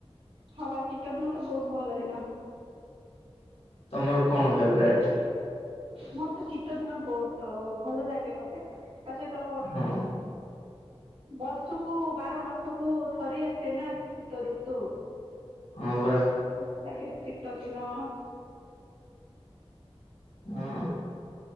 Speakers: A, on the right; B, on the left.
A: ହଁ ବା ଶୀତଦିନ ତ ବହୁତ ଭଲ ଦିନ।
B: ତମର କଣ ଫେବରାଇଟ?
A: ମୋର ତ ଶୀତଦିନ ବହୁତ ଭଲ ଲାଗେ ମତେ ତା ସହିତ
B: ହଁ
A: ବର୍ଷକୁ ବାରମାସକୁ ଥରେ ଆସେ ନା ଶୀତଋତୁ
B: ହଁ ପରା।
A: ସେ ଲାଗେ ଶୀତଦିନ
B: ହଁ